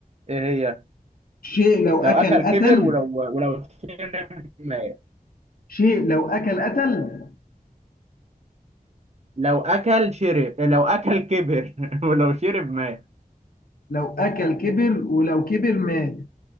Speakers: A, on the right (about 45°); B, on the left (about 75°).
A: ايه هي
B: شيء لو
A: لو
B: أكل
A: اكل
B: قتل
A: كبر ولو ولو شرب مات
B: شيء لو أكل قتل
A: لو اكل شرب لو اكل كبر <laughs> ولو شرب مات
B: لو أكل كبر ولو كبر مات